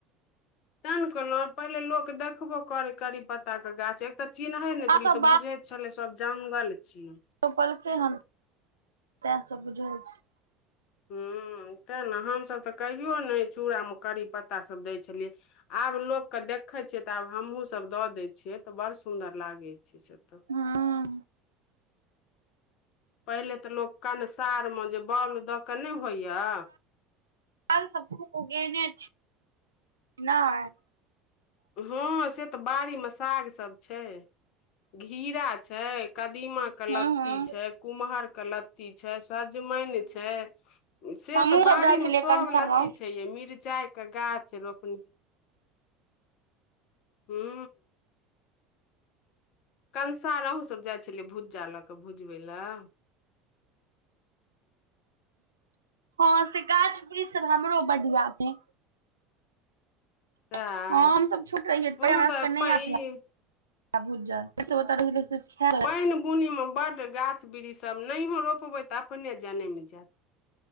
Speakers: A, on the left (about 50°); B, on the right (about 80°).
A: तए ने कहलहुँ है, पहिले लोक देखबो करै करी पत्ता के गाछ तऽ चिन्है ने
B: आब
A: छलिय,
B: सब
A: तऽ बुझेत छले सब जगल छीयै।
B: रोपलके हन, तैं सब बुझै छै।
A: हुं तै न हमसभ तऽ कहियो नहि, चूड़ामे करी पत्तासभ दैय छलियै। आब लोकके देखैय छियै तऽ आब हमहूँसभ दऽ दैत छियै, तऽ बड़ सुन्दर लागै छै। छे सततब।
B: हूं
A: पहिले तऽ लोक कंसार मे जे बॉउल दऽ कऽ नहि होइए।
B: अल सब गुरूपो उगेने छी, नहि
A: हँ से तऽ बाड़ी मे सागसभ छैय। घीरा छै, कदीमा के
B: हूं
A: लत्ती
B: हूं
A: छै, कुम्हर के लत्ती छै, सजमैन छै से
B: हमहुँ
A: तऽ
B: सब
A: बाड़ी
B: जाइ छलियै
A: मे सब
B: कंसर
A: लत्ती
B: मे
A: छै यै, मिरचाई के गाछ रोपने हू कंसार अहूँ सब जाइ छलियै भुज्जा लऽ क भुजबै लए
B: हँ से गाछ वृक्ष सब हमरो बढ़िया छै।
A: सएह
B: हँ हमसभ छोट रहियै,
A: हँ
B: ते हमरा
A: तऽ
B: सभके नहि आबे
A: ई
B: छले आ भुजल त ख <unintelligible>
A: पानि- बुनीमे बड्ड गाछ वृक्ष सब, नहियो रोपबै तऽ अपने जनमि जायत।